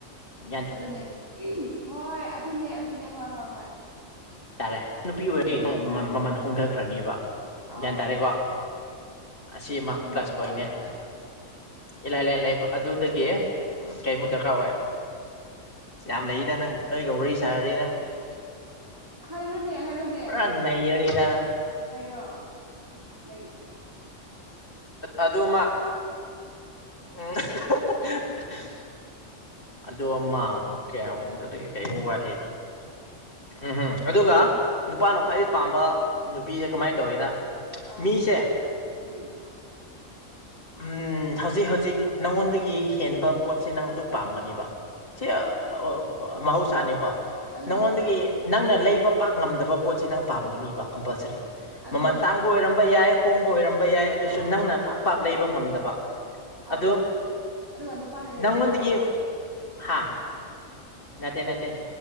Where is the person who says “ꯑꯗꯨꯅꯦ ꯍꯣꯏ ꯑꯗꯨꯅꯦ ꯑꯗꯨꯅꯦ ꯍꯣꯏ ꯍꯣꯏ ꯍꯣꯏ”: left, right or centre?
Right